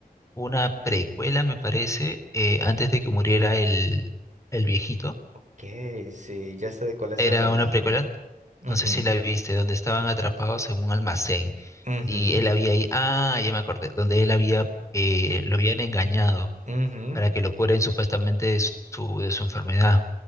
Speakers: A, on the left; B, on the right.
A: una precuela, me parece, eh, antes de que muriera el, el viejito.
B: Ok, sí, ya sé de cuál estás
A: Era
B: hablando.
A: una precuela,
B: Ujú,
A: no sé si la viste, donde estaban atrapados en un almacén
B: ujú,
A: y él había ahí, ah, ya me acordé, donde él había, eh, lo habían engañado
B: ujú,
A: para que lo curen supuestamente de su, de su enfermedad.